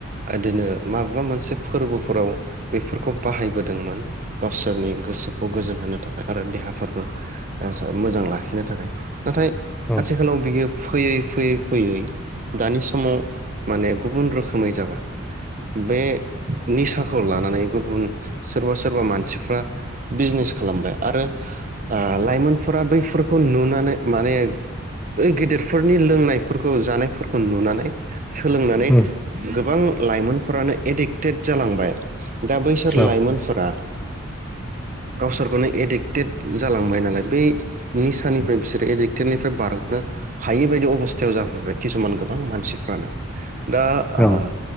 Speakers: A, on the right; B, in the centre.
A: इदिनो माबाबा मोनसे फोरबो फोराव बेफोरखौ बाहायबोदोंमोन गावसोरनि गोसोखौ गोजोन होनो थाखाय आरो देहाफोरखो ओह मोजां लाखिनो थाखाय नाथाय
B: औ
A: आथिखालाव बियो फैयै फैयै फैयै दानि समाव माने गुबुन रोखोमै जाबाय बे निसाखौ लानानै गुबुन सोरबा सोरबा मानसिफ्रा बिजनेस खालामबाय आरो ओह लाइमोनफोरा बैफोरखौ नुनानै माने ओइ गेदेरफोरनि लोंनायफोरखौ जानायफोरखौ नुनानै सोलोंनानै
B: उम
A: गोबां लाइमोन फोरानो एडिक्ट टेट जालांबाय दा बैसोर
B: औ
A: लाइमोनफोरा गावसोरखौनो एडिक्टेड जालांबाय नालाय बै निसानिफ्राय बिसोरो एडिक्टेडनिफ्राय बारग'नो हायि बायदि अबस्थायाव जाफैबाय खिसुमान गोबां मानसिफ्रानो दा आह
B: औ